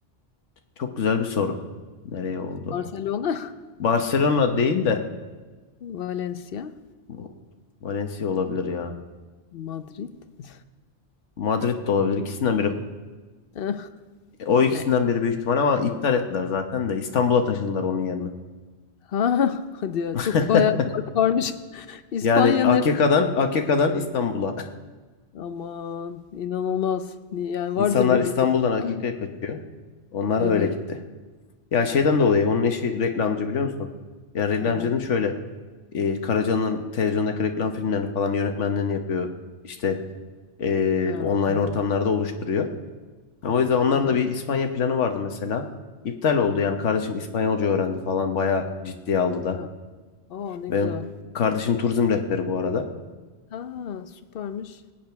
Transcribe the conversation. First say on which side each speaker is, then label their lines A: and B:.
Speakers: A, on the left (about 80°); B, on the left (about 55°).
A: Çok güzel bir soru. Nereye oldu?
B: Barcelona, <laughs>
A: Barcelona değil de
B: Valencia,
A: bu Valencia olabilir ya.
B: Madrid. <laughs>
A: Madrid de olabilir. İkisinden biri.
B: Eh,
A: O ikisinden
B: Neyse.
A: biri büyük ihtimal ama iptal ettiler zaten de. İstanbul'a taşındılar onun yerine.
B: Ha, <laughs> hadi ya
A: <laughs>
B: çok bayağı park varmış. <laughs> İspanya
A: Yani AKK'dan
B: neresi?
A: AKK'dan İstanbul'a.
B: Aman inanılmaz. Ni-
A: <laughs>
B: Yani vardır
A: İnsanlar
B: bir
A: İstanbul'dan
B: bildiğim
A: AKK'ya
B: ama.
A: kaçıyor. Onlar
B: Evet.
A: öyle gitti. Ya şeyden
B: Bayağı.
A: dolayı onun eşi reklamcı biliyor musun? Yani reklamcının
B: Ha,
A: şöyle e, Karaca'nın televizyondaki reklam filmlerini falan yönetmenliğini yapıyor. İşte e,
B: ha,
A: online
B: anladım.
A: ortamlarda oluşturuyor. Yani o yüzden onların
B: Aha,
A: da bir İspanya planı vardı mesela. İptal oldu yani kardeşim İspanyolca öğrendi falan bayağı ciddiye aldı da.
B: ha. Aa ne
A: Benim
B: güzel.
A: kardeşim turizm rehberi bu arada.
B: Ha süpermiş.